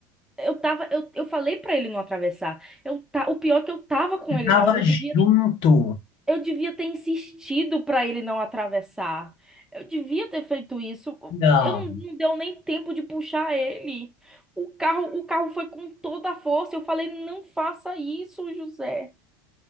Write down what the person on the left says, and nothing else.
tava
junto.
Não,